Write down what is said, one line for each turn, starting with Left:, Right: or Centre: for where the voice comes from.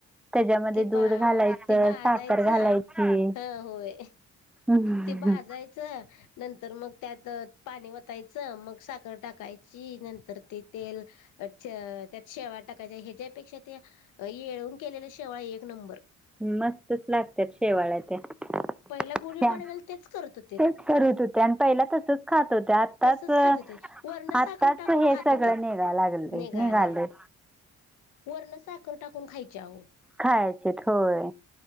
Centre: त्याच्यामध्ये
Left: ते
Centre: दूध
Left: बा
Centre: घालायच.
Left: ते भाजायचं
Centre: साखर घालायची.
Left: ह होय
Centre: हम्म.
Left: ते भाजायच. नंतर मग त्यात अ पाणी वतायच. मग साखर टाकायची. नंतर ते तेल अ च त्यात शेवया टाकायच्या. ह्याच्यापेक्षा ते येळून केलेल्या शेवाळ्या एक नंबर
Centre: मस्तच लागत्यात शेवाळ्या त्या.
Left: पहिला
Centre: त्या
Left: गुढी पाडव्याला तेच करत होते
Centre: तेच करित होत्या. अन पहिला तसच खात होत्या. आत
Left: तसच
Centre: आताच
Left: खात होते वरण
Centre: आताच
Left: साखर टाकून
Centre: हे
Left: खात
Centre: सगळ
Left: होते
Centre: निघा लागलय.
Left: निघालया
Centre: निघालय
Left: वरण साखर टाकून खायची आहो.
Centre: खायाचेत होय.